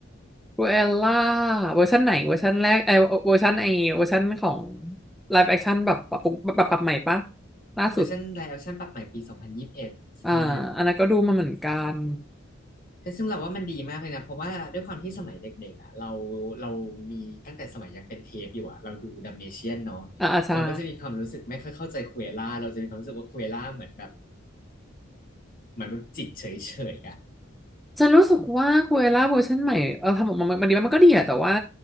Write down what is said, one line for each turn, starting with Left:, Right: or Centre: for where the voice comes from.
Centre: ครูเอลล่าเวอร์ชันไหนเวอร์ชันแรกไอเวอร์ชันไอเวอร์ชันของไลฟ์แอคชั่นแบบปรับปรุงปรับปรับใหม่ปะ
Left: เ
Centre: ล่าสุด
Left: วอร์ชันไลฟ์แอคชั่นปรับใหม่ปี2021ใช่
Centre: อ่าอันนั้นก็ดูมาเหมือนกัน
Left: ซึ่งเราว่ามันดีมากเลยนะเพราะว่าด้วยความที่สมัยเด็กๆอ่ะเราเรามีตั้งแต่สมัยยังเป็นเทปอยู่อ่ะเราดูดัมเมเชียนเนาะ
Centre: อ่าอ่าใช่
Left: เราก็จะมีความรู้สึกไม่ค่อยเข้าใจคุเอล่าเราจะมีความรู้สึกว่าคุเอล่าเหมือนแบบเหมือนแบบจิตเฉยๆอ่ะ
Centre: ฉันรู้สึกว่าคูเอล่าเวอร์ชันใหม่เออทำออกมามันดีมันก็ดีอะแต่ว่า